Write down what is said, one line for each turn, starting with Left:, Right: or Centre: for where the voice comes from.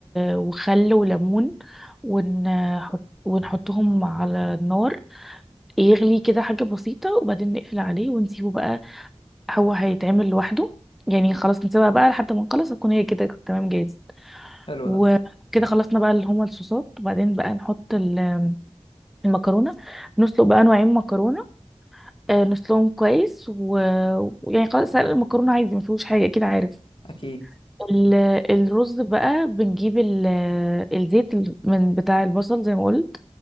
Centre: وخل وليمون ونحط ونحطهم على النار يغلي كده حاجة بسيطة وبعدين نقفل عليه ونسيبه بقى هو هيتعمل لوحده يعني خلاص نسيبها بقى لحد ما نخلص هتكون هي كده تمام جاهز
Left: حلو
Centre: وكده
Left: ده
Centre: خلصنا بقى اللي هما الصوصات وبعدين بقى نحط ال- المكرونة نسلق بقى نوعين مكرونة آه، نسلقهم كويس و- ويعني خلاص سلق المكرونة عادي ما فيهوش حاجة كده عارف
Left: أكيد
Centre: ال- الرز بقى بنجيب ال- الزيت ال- من بتاع البصل زي ما قلت